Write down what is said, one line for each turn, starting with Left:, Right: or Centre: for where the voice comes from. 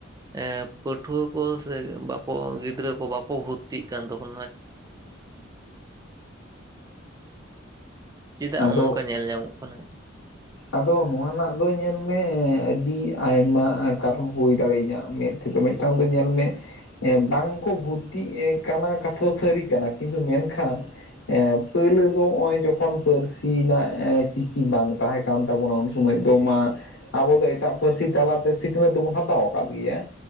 Right: ᱮᱸ ᱯᱟᱹᱴᱷᱣᱟᱹ ᱠᱚ ᱥᱮ ᱵᱟᱠᱚ ᱜᱤᱫᱽᱨᱟᱹ ᱠᱚ ᱵᱟᱠᱚ ᱠᱚ ᱵᱷᱚᱛᱛᱤᱜ ᱠᱟᱱ ᱫᱚ <inaudible> ᱪᱮᱫᱟᱜ
Left: ᱟᱫᱚ
Right: ᱚᱱᱚᱝᱠᱟ ᱧᱮᱞ ᱧᱟᱢᱚᱜ ᱠᱟᱱᱟ?
Left: ᱟᱫᱚ ᱱᱚᱣᱟ ᱨᱮᱱᱟᱜ ᱫᱚ ᱧᱮᱞ ᱢᱮ ᱟᱹᱰᱤ ᱟᱭᱢᱟ ᱠᱟᱨᱚᱱ ᱦᱩᱭ ᱫᱟᱲᱮᱭᱟᱹᱧᱟᱹ ᱢᱮᱫ ᱛᱮᱫᱚ ᱢᱤᱫᱴᱟᱝ ᱫᱚ ᱧᱮᱞ ᱢᱮ ᱵᱟᱝ ᱠᱚ ᱵᱷᱚᱛᱛᱤᱜ ᱮᱸ ᱠᱟᱱᱟ ᱠᱟᱛᱷᱟ ᱫᱚ ᱥᱟᱹᱨᱤ ᱠᱟᱱᱟ ᱠᱤᱱᱛᱩ ᱢᱮᱱᱠᱷᱟᱱ ᱯᱳᱭᱞᱳ ᱫᱚ ᱦᱚᱸᱜᱼᱚᱭ ᱡᱚᱠᱷᱚᱱ ᱯᱟᱹᱨᱥᱤ ᱨᱮᱱᱟᱜ ᱮᱸ ᱪᱤᱠᱤ ᱵᱟᱝ ᱛᱟᱦᱮᱸ ᱠᱟᱱ ᱛᱟᱵᱚᱱᱟ ᱩᱱ ᱥᱚᱢᱚᱭ ᱫᱚ ᱢᱟ ᱟᱵᱚ ᱫᱚ ᱮᱴᱟᱜ ᱯᱟᱹᱨᱥᱤ ᱛᱟᱞᱟᱛᱮ ᱥᱤᱠᱷᱱᱟᱹᱛ ᱫᱚᱵᱚᱱ ᱦᱟᱛᱟᱣ ᱟᱠᱟᱫ ᱜᱮᱭᱟ